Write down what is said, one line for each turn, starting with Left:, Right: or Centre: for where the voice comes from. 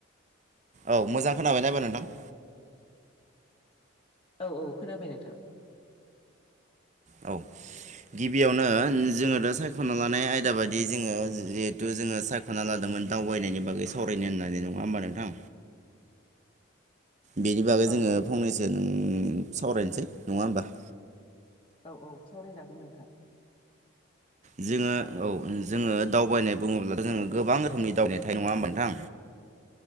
Right: औ मोजां खोनाबायना एबार नोंथां?
Left: औ औ खोनाबाय नोंथां।
Right: औ गिबियावनो जोङो दा सायख'ना लानाय आयदा बायदियै जोङो जिहेथु जोङो साय ख'ना लादोंमोन दावबायनायनि बागै सावरायनो होननानै नङा होमबा नोंथां? बेनि बागै जोङो
Left: औ औ
Right: फंनैसो नों सावरायनोसै नङा होमबा?
Left: औ औ सावरायजागोन नोंथां।
Right: जोङो औ जोङो दावबायनाय बुङोब्लाथ' जोङो गोबां रोखोमनि दावनाय थायो नङा होमा नोंथां?